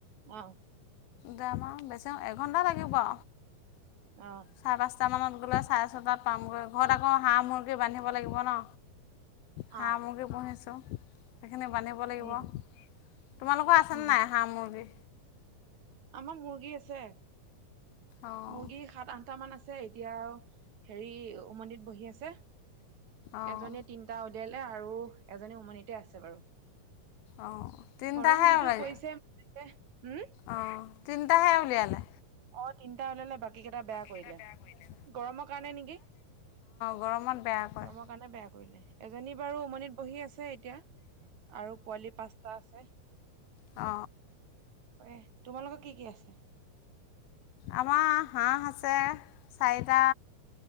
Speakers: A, on the right; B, on the left.
A: অ
B: দাম আৰু বেছি এঘন্টা লাগিব
A: অ
B: চাৰে পাঁচটামানত গ'লে চাৰে ছটাত পামগৈ ঘৰত আকৌ হাঁহ মুৰ্গী বান্ধিব লাগিব ন হাঁ
A: অ
B: মৰ্গী পুহিছো সেইখিনে বা লাগিব
A: উম
B: তোমালোকৰ আছেনে
A: উম
B: নাই হাঁহ মুৰ্গী
A: আমাৰ মুৰ্গী আছে
B: অঁ
A: মুৰ্গী সাত আঠটা মান আছে ছে এতিয়া হেৰি উমন্দিত বহি আছে
B: অঁ
A: এজনীয়ে তিনিটা উওলিয়ালে আৰু এজনী উমনিতে আছে বাৰু
B: অঁ তিনিটাহে
A: গৰম যিটো
B: ওলাই
A: পৰিছে ম ফম
B: অঁ তিনিটাহে উলিয়ালে
A: অ তিটা হওলালে বাকী কেইটা বেয়া
B: এইকেইটা
A: কৰিলে
B: বেয়া কৰিলে
A: গৰমৰ কাৰণে নেকি
B: গৰমত বেয়া কয়
A: গৰমৰ কাৰণে বেয়া কৰিলে এজনী বাৰু উমনিত বহি আছে এতিয়া আৰু পোৱালি পাঁচটা আছে
B: অ
A: এ তোমালোকৰ কি কি আছে
B: আমাৰ হাঁহ আছে চাৰিটা